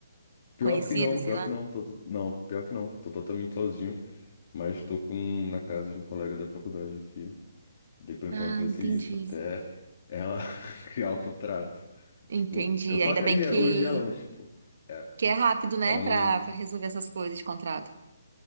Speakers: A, on the left (about 45°); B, on the right (about 65°).
A: Pior
B: Conhecido,
A: que não,
B: sei
A: pior
B: lá.
A: que não, tô, tô- não, pior que não, tô totalmente sozinho, mas tô com na casa de um colega da faculdade aqui. Daí por enquanto
B: Ah,
A: vai
B: entendi.
A: ser isso, até ela <laughs> criar o contrato.
B: Entendi.
A: Tipo, eu pagaria
B: Ainda bem que
A: hoje ela, mas tipo, é,
B: que é rápido, né,
A: ela
B: Pra
A: não.
B: pra resolver essas coisas de contrato.